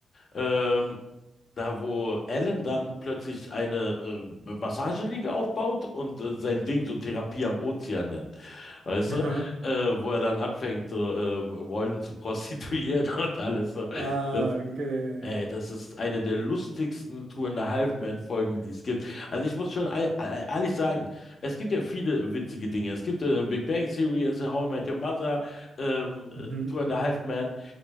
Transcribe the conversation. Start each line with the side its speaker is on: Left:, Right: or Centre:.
Left: ähm, Da, wo Alan dann plötzlich eine äh, Massageliege aufbaut und äh, sein Ding so Therapie am Ozean nennt. Weißt
Right: <laughs> Aha.
Left: du? Äh, wo er dann anfängt, äh, ähm, Walden zu prostituieren <laughs> und alles. So.
Right: Ah,
Left: Das,
Right: okay.
Left: ey, das ist eine der lustigsten Tour in a Half Men-Folgen, die es gibt. Also ich muss schon ei- ei- ehrlich sagen, es gibt ja viele witzige Dinge. Es gibt äh, Big Bang Theory, es ist How I Met Your Mother, ähm,
Right: Mhm.
Left: äh, Two and a Half Men.